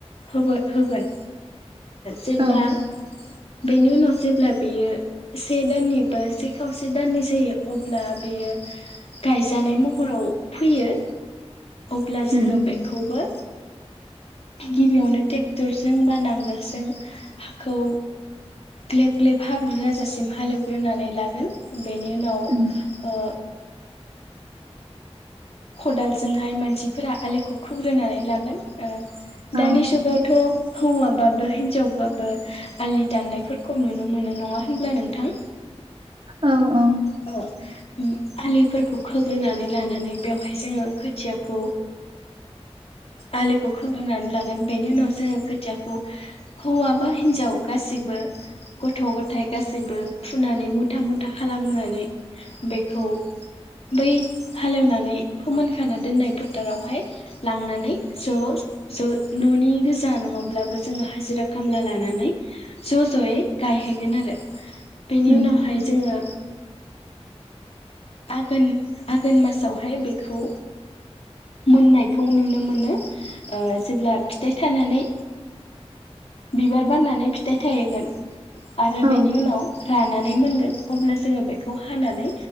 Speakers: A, on the left; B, on the right.
A: होगोन होगोन। जेब्ला
B: औ
A: बेनि उनाव जेब्ला बेयो से दाननि बा खावसे दाननै जायो अब्ला बेयो गायजानाय महराव फैयो अब्ला जोङो
B: उम
A: बेखौबो गिबियावनो ट्रेक्टरजों बा नांगोलजों हाखौ ग्लेब ग्लेब हाब्रु जाजासिम हालेवग्रोनानै लागोन बेनि उनाव
B: उम
A: ओ खदालजोंहाय मानसिफोरा आलिखौ खोग्रोनानै लागोन। ओ
B: औ
A: दानि जुगावथ' हौवाबाबो हिनजावबाबो आलि दाननायफोरखौ नुनो मोनो नङा होनब्ला नोंथां?
B: औ औ
A: अ उम आलिफोरखौ खोग्रोनानै लानानै बेवहाय जोङो खोथियाखौ आलिखौ खोग्रोनानै लागोन। बेनि उनाव जोङो खोथियाखौ हौवा बा हिनजाव गासिबो गथ' गथाय गासिबो फुनानै मुथा मुथा खालामनानै बेखौ बै हालेवनानै फोमोनखाना दोननाय फोथारावहाय लांनानै ज' ज' न'नि गोजा नङाब्लाबो जोङो हाजिरा खामला लानानै ज' ज'यै गायहैगोन आरो बेनि
B: उम
A: उनावहाय जोङो आघोन आघोन मासावहाय बेखौ मोननायखौ नुनो मोनो। जेब्ला फिथाइ थानानै बिबार बारनानै फिथाइ थाहोगोन आरो
B: औ
A: बेनि उनाव रानानै मोनगोन अब्ला जोङो बेखौ हानानै